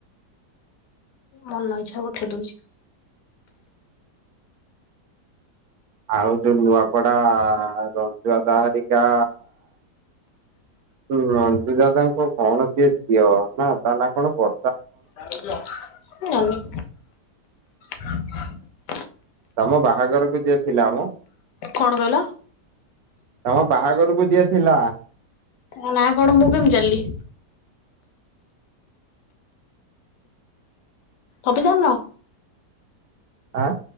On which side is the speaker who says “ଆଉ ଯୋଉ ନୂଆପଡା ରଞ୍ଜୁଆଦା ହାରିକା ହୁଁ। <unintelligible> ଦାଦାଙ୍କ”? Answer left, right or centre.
Right